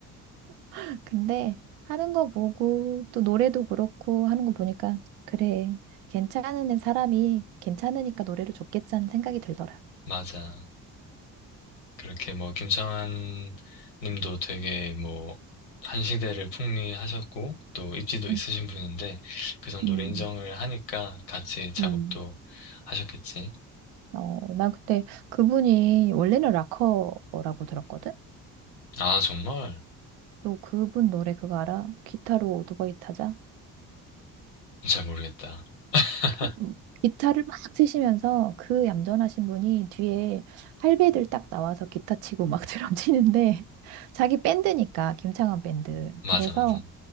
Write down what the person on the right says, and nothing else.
<laughs> 근데 하는 거 보고 또 노래도 그렇고 하는 거 보니까 그래 괜찮은 사람이 괜찮으니까 노래를 줬겠지 하는 생각이 들더라.
음,
음,
음.
어, 나 그때 그분이 원래는 락커라고 들었거든.
너 그분 노래 그거 알아? 기타로 오토바이 타자?
기, 음, 기타를 막 치시면서 그 얌전하신 분이 뒤에 할배들 딱 나와서 기타 치고 막 <laughs> 드럼 치는데 자기 밴드니까 김창완 밴드.
그래서